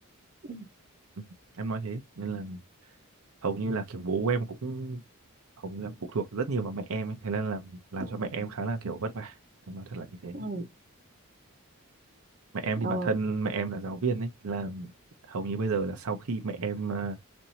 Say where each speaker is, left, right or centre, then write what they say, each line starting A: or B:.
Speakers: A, on the right; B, on the right.
A: Ừ,
B: Ừ, Em nói thế nên là hầu như là kiểu bố em cũng hầu như là phụ thuộc rất nhiều vào mẹ em ấy. Thế nên là làm
A: ừ,
B: cho mẹ em khá là kiểu vất vả em nói thật là như thế
A: ừ,
B: mẹ em thì
A: ờ,
B: bản thân mẹ em là giáo viên ấy Thế là hầu như bây giờ là sau khi mẹ em à,